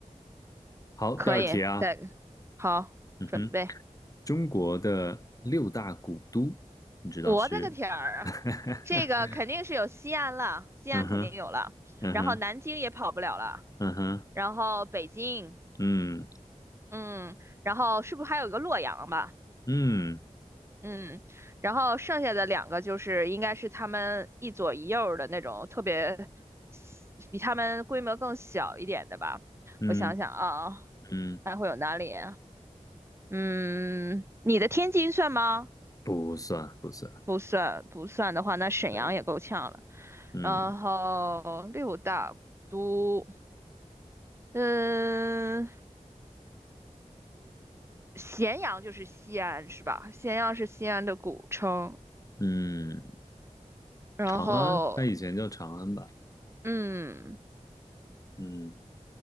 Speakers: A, on the left (about 25°); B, on the right (about 20°).
A: 好，
B: 可以，
A: 第二题啊，
B: 再个好，
A: 嗯哼，
B: 准备。
A: 中国的六大古都，你知道是？
B: 我的个天儿啊！
A: <laughs>
B: 这个肯定是有西安了，西安肯定有了，
A: 嗯哼，嗯哼，
B: 然后南京也跑不了了，
A: 嗯哼，
B: 然后北京，
A: 嗯。
B: 嗯，然后是不是还有一个洛阳吧？
A: 嗯
B: 嗯，然后剩下的两个就是应该是他们一左一右儿的那种特别比他们规模更小一点的吧。
A: 嗯
B: 我想想啊，
A: 嗯，
B: 还会有哪里啊？嗯，你的天津算吗？
A: 不算不算，
B: 不算不算的话，那沈阳也够呛了。
A: 对，嗯
B: 然后六大古都，嗯，咸阳就是西安是吧？咸阳是西安的古称。
A: 嗯，
B: 然后，
A: 长安，它以前叫长安吧？
B: 嗯，
A: 嗯